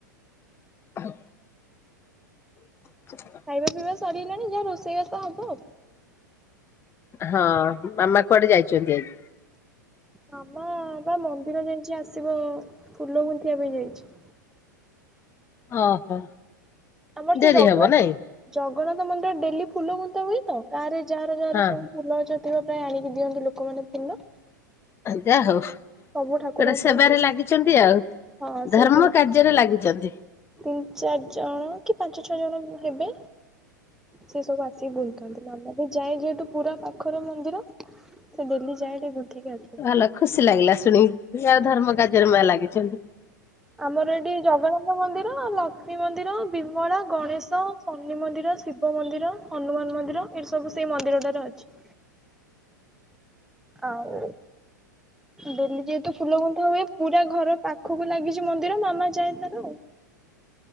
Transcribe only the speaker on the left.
ହଁ। ଧ
ହଁ ମାମା କୁଆଡେ ଯାଇଚନ୍ତି ଆଜି?
ଓହୋ।
ଡେରି
ହବ ନାଇଁ?
ହଁ
ଯାହା ହୋଉ।
ଗୋଟେ ସେବାରେ
ଲାଗିଚନ୍ତି ଆଉ
ଧର୍ମ
କାର୍ଯ୍ୟରେ ଲାଗିଚନ୍ତି।
ଭଲ ଖୁସି ଲାଗିଲା ଶୁଣିକି। ଯାହା ହୋଉ ଧର୍ମ କାର୍ଯ୍ୟରେ ମା ଲାଗିଚନ୍ତି।